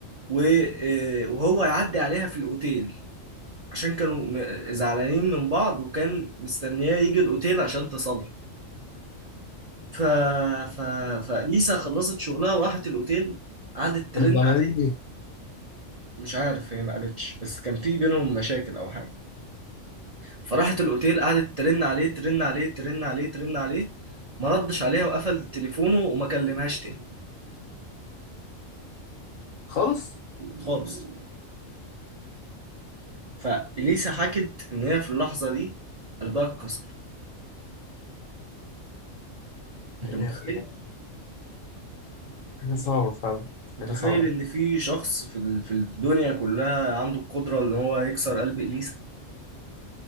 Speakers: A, on the right (about 45°); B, on the left (about 80°).
A: و- آه، وهو يعدي عليها في الاوتيل عشان كانوا م- زعلانين من بعض وكان مستنياه يجي الاوتيل عشان تصالحه ف... ف... فليسا خلصت شغلها وراحت الأوتيل قعدت
B: كانوا
A: ترن
B: زعلانين
A: عليه
B: ليه
A: مش عارف هي ما قالتش بس كان في بينهم مشاكل أو حاجة فراحت الأوتيل قعدت ترن عليه ترن عليه ترن عليه ترن عليه ما ردش عليها وقفل تليفونه وما كلمهاش تاني
B: خالص
A: خالص فإليسا حكت إن هي في اللحظة دي قلبها اتكسر
B: يعني
A: أنت متخيل؟
B: يعني حاجه
A: أنت
B: صعبه فعلا
A: متخيل
B: حاجه صعبه
A: إن في شخص في ال- في الدنيا كلها عنده القدرة إن هو يكسر قلب إليسا؟